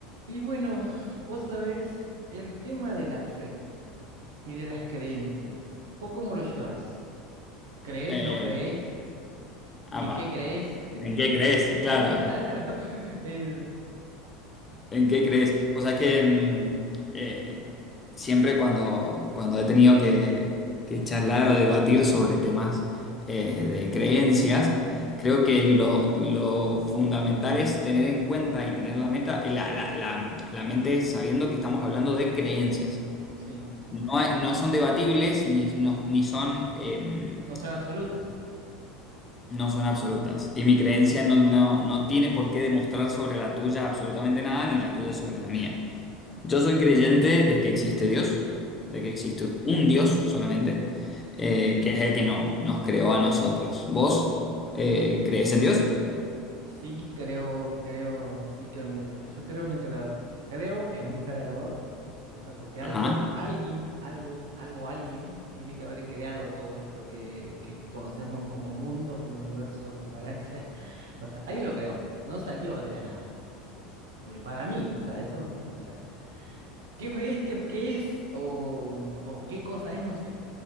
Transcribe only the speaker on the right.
Y bueno, vos sabés el tema de la fe y de las creencias. ¿Vos cómo lo llevas? ¿Crees,
no crees?
¿En qué crees? <laughs>
Claro, es,
ujú,
sí,
no son absolutas.
o sea,
sí.
ujú.
Sí, creo, creo, sí creo en Dios. O sea, yo creo en un creador, creo en un creador, cosa porque algo,
alguien, algo, algo, alguien tiene que haber creado todo esto que, que conocemos como mundo, como universo, como galaxia. <laughs> O sea, alguien lo creó, no salió de la nada. Porque Para mí, o sea, eso, o sea, ¿qué fue, qué, qué es o, o qué cosa es? No sé.